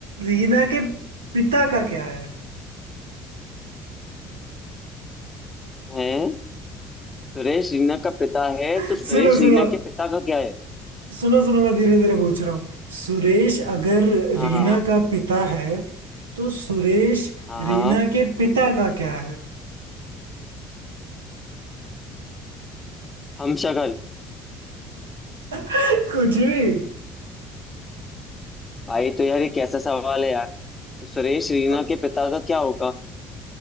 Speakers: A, on the right; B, on the left.
A: रीना के पिता का क्या है
B: हैं सुरेश रीना का पिता है
A: <laughs>
B: तो सुरेश
A: सुनो
B: रीना
A: सुनो
B: के पिता का क्या है
A: सुनो सुनो मैं धीरे धीरे पूछ रहा हूँ सुरेश अगर
B: हाँ
A: रीना
B: हाँ
A: का पिता है तो सुरेश
B: हाँ हाँ
A: रीना के पिता का क्या है
B: हम शक्ल
A: <laughs> कुछ भी
B: भाई तो यार ये कैसा सवाल है यार तो सुरेश रीना
A: ह-
B: के पिता का क्या होगा